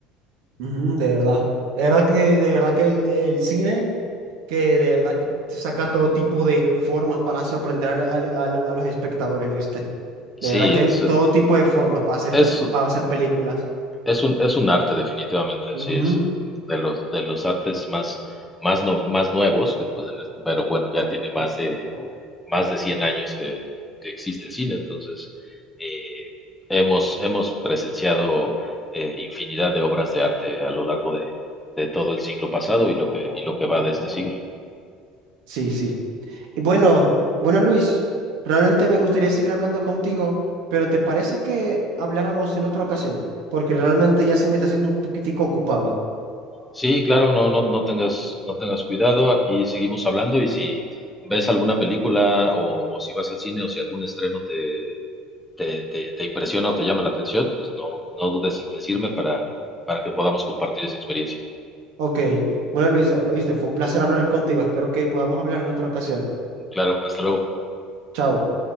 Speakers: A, on the right; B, in the centre.
A: Ujú, de verdad. De verdad que, de verdad que el, el cine, que de verdad que te saca todo tipo de formas para sorprender al- al- al- a los espectadores, ¿viste?
B: Sí,
A: De verdad que
B: es,
A: hay todo tipo de formas para hacer,
B: es
A: ti- para hacer películas.
B: Es un, es un arte definitivamente,
A: Ujú,
B: sí, es de los, de los artes más, más, no- más nuevos, que, pues, en el- pero bueno, ya tiene más de, más de 100 años que, que existe el cine, entonces eh, hemos, hemos presenciado eh, infinidad de obras de arte a lo largo de, de todo el siglo pasado y lo que, y lo que va de este siglo.
A: Sí, sí. Y bueno, bueno, Luis, realmente me gustaría seguir hablando contigo, pero ¿te parece que habláramos en otra ocasión? Porque realmente ya se me está haciendo un poquitico ocupado.
B: Sí, claro, no, no, no tengas, no tengas cuidado, aquí seguimos hablando y si ves alguna película o, o si vas al cine o si algún estreno te te, te, te impresiona o te llama la atención, pues no, no dudes en decirme para, para que podamos compartir esa experiencia.
A: Ok. Bueno, Luis, oíste, fue un placer hablar contigo. Espero que podamos hablar en otra ocasión.
B: Claro, hasta luego.
A: Chao.